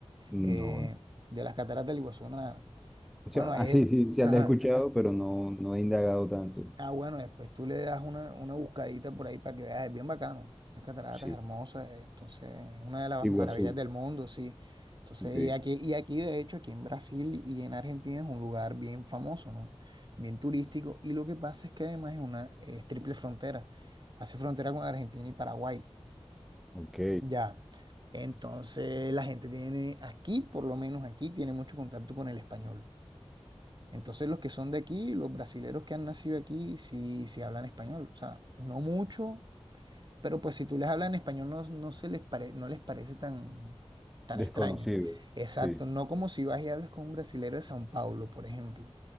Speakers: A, in the centre; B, on the right (about 45°).
A: No,
B: Eh, de las cataratas del Iguazú, nada.
A: O
B: Bueno,
A: sea,
B: ahí
A: ah,
B: es-
A: sí, sí, ya
B: ajá.
A: la he escuchado, pero no, no he indagado tanto.
B: Ah, bueno, después tú le das una, una buscadita por ahí para que veas, es bien bacano. Las cataratas
A: Sí.
B: hermosas, eh, entonces es una de las
A: Iguazú.
B: maravillas del mundo, sí. Entonces,
A: Ok.
B: y aquí, y aquí, de hecho, aquí en Brasil y en Argentina es un lugar bien famoso, ¿no? Bien turístico. Y lo que pasa es que además es una, es triple frontera. Hace frontera con Argentina y Paraguay.
A: Ok.
B: Ya. Entonces, la gente tiene, aquí, por lo menos aquí, tiene mucho contacto con el español. Entonces los que son de aquí, los brasileros que han nacido aquí, sí, sí hablan español. O sea, no mucho, pero pues si tú les hablas en español no, no se les pare- no les parece tan, tan
A: Desconocido.
B: extraño. Exacto,
A: Sí.
B: no como si vas y hablas con un brasilero de São Paulo, por ejemplo.